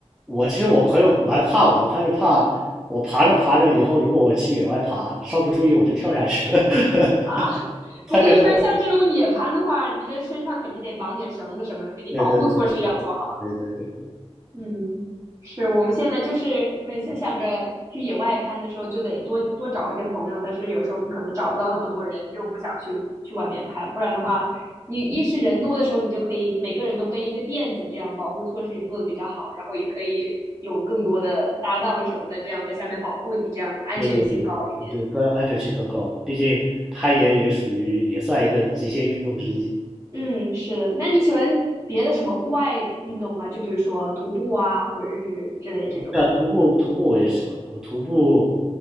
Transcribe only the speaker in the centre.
我其实我朋友蛮怕我的，他是怕我爬着爬着以后，如果我去野外爬，稍不注意我就跳下去了，<laughs>
他觉得我
对对对对对对对
对对我我就更安全性更高，毕竟攀岩也属于也算一个极限运动之一。
对啊，徒步徒步我也喜欢，我徒步